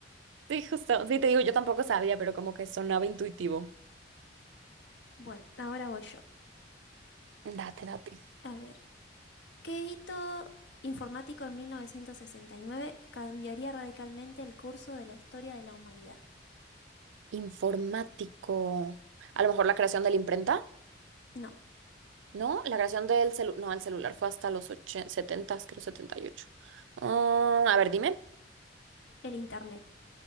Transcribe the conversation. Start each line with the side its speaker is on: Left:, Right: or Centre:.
Right: Sí, justo. Sí, te digo, yo tampoco sabía, pero como que sonaba intuitivo.
Left: Bueno, ahora voy yo.
Right: Date, date.
Left: A ver. ¿Qué hito informático en 1969 cambiaría radicalmente el curso de la historia de la humanidad?
Right: Informático. A lo mejor la creación de la imprenta.
Left: No,
Right: No, la creación del celular, no, el celular fue hasta los 80, 70, creo 78. Ah, a ver, dime.
Left: el Internet.